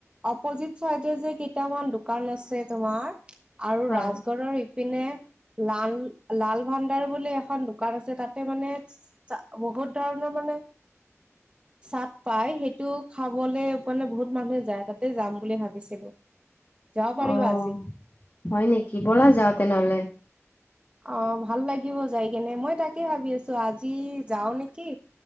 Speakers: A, on the right; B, on the left.
A: অপজিত চাইডে যে কেইটামান দোকান আছে তোমাৰ। আৰু
B: হয়।
A: ৰাজগড়ৰ পিনে লাল-লাল ভাণ্ডাৰ বুলি এখন দোকান আছে তাতে মানে বহুত ধৰণৰ মানে চাট পাই সেইটো খাবলে মানে বহুত মানুহে যায়, তাতে যাম বুলি ভাবিছিলো। যাব পাৰিবা
B: অ',
A: আজি?
B: হয় নেকি, ব'লা যাওঁ তেনেহ'লে।
A: অ', ভাল লাগিব যায় কেনে। মই তাকে ভাবি আছো আজি যাওঁ নেকি।